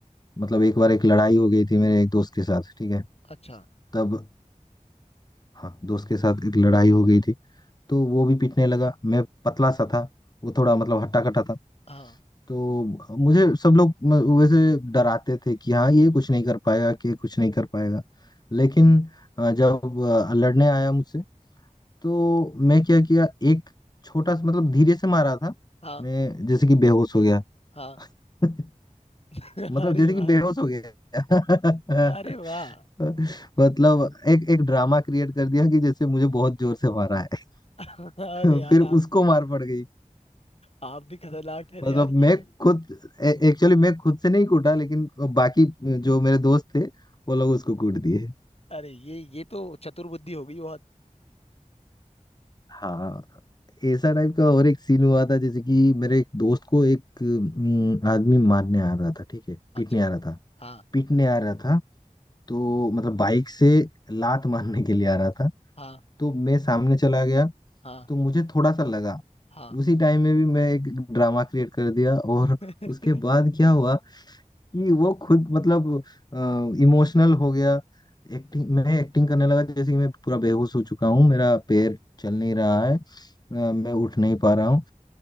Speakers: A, on the left; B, on the left.
A: मतलब एक बार एक लड़ाई हो गई थी मेरे एक दोस्त के साथ ठीक है
B: अच्छा
A: तब हाँ दोस्त के साथ एक लड़ाई हो गई थी तो वो भी पीटने लगा मैं पतला सा था वो थोड़ा मतलब हट्टा कट्टा था
B: हाँ
A: तो मुझे सब लोग म- वैसे डराते थे कि हाँ ये कुछ नहीं कर पाएगा कि ये कुछ नहीं कर पाएगा लेकिन अ, जब अ, लड़ने आया मुझसे तो मैं क्या किया एक छोटा सा मतलब धीरे से मारा था
B: हाँ
A: मैं जैसे कि बेहोश हो गया
B: हाँ
A: <laughs>
B: <laughs>
A: मतलब
B: अरे
A: जैसे
B: वाह
A: कि बेहोश हो गया
B: अरे वाह
A: <laughs> मतलब एक एक ड्रामा क्रिएट कर दिया कि जैसे मुझे बहुत जोर से मारा
B: <laughs>
A: है
B: अरे यार
A: <laughs> फिर उसको
B: आप भी
A: मार पड़ गई
B: आप भी खतरनाक ठहरे
A: मतलब
B: यार ये
A: मैं खुद एक्चुअली मैं खुद से नहीं कूटा लेकिन बाकी जो मेरे दोस्त थे वो लोग उसको कूट दिए
B: अरे ये ये तो चतुर बुद्धि हो गई बहुत
A: हाँ ऐसा टाइप का और एक सीन हुआ था जैसे कि मेरे एक दोस्त को एक अम, आदमी मारने आ रहा था ठीक है
B: अच्छा
A: पीटने आ रहा था
B: हाँ
A: पीटने आ रहा था तो मतलब बाइक से लात मारने के लिए आ रहा था
B: हाँ
A: तो मैं सामने चला गया
B: हाँ
A: तो मुझे थोड़ा सा लगा
B: हाँ
A: उसी टाइम में भी मैं एक ड्रामा क्रिएट कर दिया और
B: <laughs>
A: उसके बाद क्या हुआ कि वो खुद मतलब इमोशनल हो गया एक्टिंग मैं एक्टिंग करने लगा जैसे कि मैं पूरा बेहोश हो चुका हूँ मेरा पैर चल नहीं रहा है अ, मैं उठ नहीं पा रहा हूँ